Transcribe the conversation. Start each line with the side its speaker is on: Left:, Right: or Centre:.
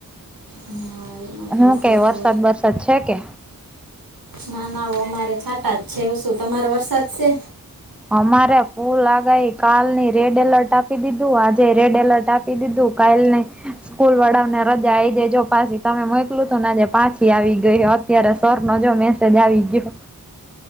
Right: હા એમાં જોઈશે
Centre: શું કે વરસાદ
Right: તો
Centre: બરસાદ છે કે.
Right: ના ના અમારે છાંટા જ છે શું તમારે વરસાદ છે.
Centre: અમારે ફૂલ આગાહી કાલની રેડ એલર્ટ આપી દીધું આજેય રેડ એલર્ટ આપ. પી દીધું કાલ ની સ્કૂલવાળાવને રજા આઈ જો પાછી તમે મોઈકલું તું ને આજે પાછી આવી ગઈ હોત. અત્યારે સરનો જો મેસેજ આવી ગયો.